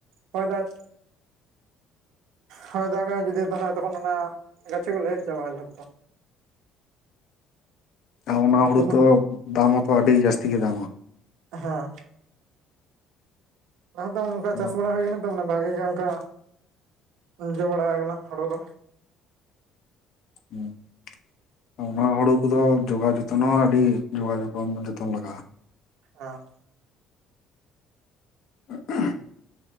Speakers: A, on the right; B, on the left.
A: ᱦᱚᱭ ᱫᱟᱜ ᱦᱚᱭ ᱫᱟᱜᱟᱭ ᱡᱩᱫᱤ ᱛᱟᱦᱞᱮ ᱛᱚᱠᱷᱚᱱ ᱚᱱᱟ ᱜᱟᱪᱷᱤ ᱠᱚ ᱞᱮᱣᱮᱫ ᱪᱟᱵᱟᱜᱼᱟ ᱡᱷᱚᱛᱚ ᱾
B: ᱚᱱᱟ ᱦᱩᱲᱩ
A: ᱛᱚᱠᱷᱚᱱ
B: ᱛᱚ ᱫᱟᱢ ᱦᱚᱸᱛᱚ ᱟᱹᱰᱤ ᱡᱟᱹᱥᱛᱤ ᱜᱮ ᱫᱟᱢᱟ ᱾
A: ᱦᱮᱸ ᱞᱟᱦᱟ ᱫᱚ ᱚᱱᱠᱟ
B: ᱦᱩᱸ
A: ᱪᱟᱥ ᱵᱟᱲᱟ ᱦᱩᱭ ᱟᱠᱟᱱᱟ ᱛᱚ ᱢᱟᱱᱮ ᱵᱷᱟᱜᱮ ᱜᱮ ᱚᱱᱠᱟ ᱡᱚ ᱵᱟᱲᱟ ᱟᱠᱟᱱᱟ ᱦᱳᱲᱳ ᱫᱚ ᱾
B: ᱚᱸ ᱚᱱᱟ ᱦᱩᱲᱩ ᱠᱚᱫᱚ ᱡᱚᱜᱟᱣ ᱡᱚᱛᱚᱱ ᱦᱚᱸ ᱟᱹᱰᱤ ᱡᱚᱜᱟᱣ <unintelligible> ᱡᱚᱛᱚᱱ ᱞᱟᱜᱟᱜᱼᱟ ᱾
A: ᱦᱮᱸ ᱾
B: <unintelligible>